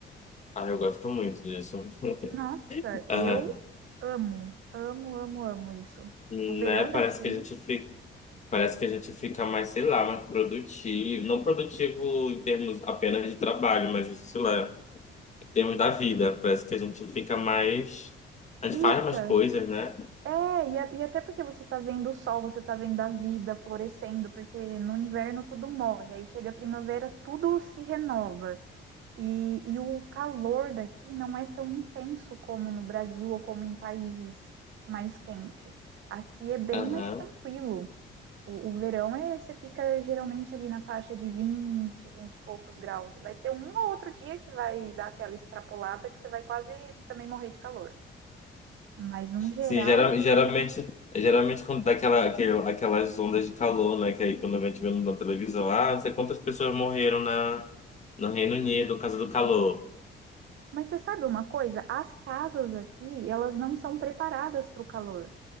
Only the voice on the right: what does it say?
Nossa, eu
amo, amo, amo, amo isso.
O verão
daqui
fica.
É, e, a- e até porque você tá vendo o sol, você tá vendo a vida florescendo, porque no inverno tudo morre, aí chega a primavera, tudo se renova. E, e o calor daqui não é tão intenso como no Brasil ou como em países mais quentes. Aqui é bem
mais tranquilo.
O, o verão é, você fica geralmente ali na faixa de 20, 20 e poucos graus. Vai ter um ou outro dia que vai dar aquela extrapolada que você vai quase também morrer de calor. Mas no geral,
mas você sabe uma coisa? As casas aqui, elas não são preparadas para o calor.